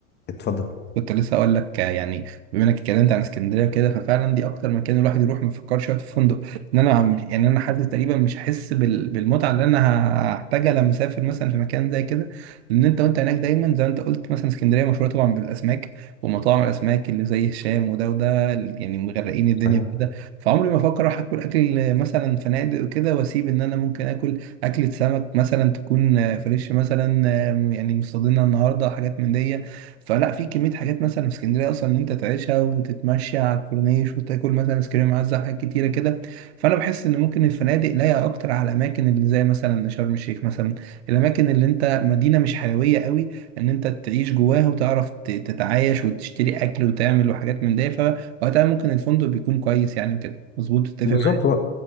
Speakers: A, on the left; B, on the right.
A: اتفضل
B: كنت لسه اقول لك آه، يعني بما انك اتكلمت عن اسكندريه وكده ففعلا دي اكتر مكان الواحد يروح ما يفكرش يقعد في فندق ان انا عم يعني انا حاسس تقريبا مش هحس بال- بالمتعه اللي انا ه- هحتاجها لما اسافر مثلا في مكان زي كده لان انت وانت هناك دايما زي ما انت قلت مثلا اسكندريه مشهوره طبعا بالاسماك ومطاعم الاسماك اللي زي هشام وده وده اللي يعني مغرقين الدنيا
A: صحيح
B: كده فعمري ما افكر اروح اكل اكل مثلا فنادق وكده واسيب ان انا ممكن اكل اكله سمك مثلا تكون آه، فريش مثلا آه، يعني مصطادينها النهارده حاجات من دي فلا في كمية حاجات مثلا في اسكندرية أصلا إن أنت تعيشها وتتمشى على الكورنيش وتاكل مثلا آيس كريم عزة حاجات كتيرة كده فأنا بحس إن ممكن الفنادق لايقة أكتر على الأماكن اللي زي مثلا شرم الشيخ مثلا الأماكن اللي أنت مدينة مش حيوية قوي إن أنت تعيش جواها وتعرف ت- تتعايش وتشتري أكل وتعمل وحاجات من ده فوقتها ممكن الفندق بيكون كويس يعني وكده مظبوط تتفق
A: بالظبط و...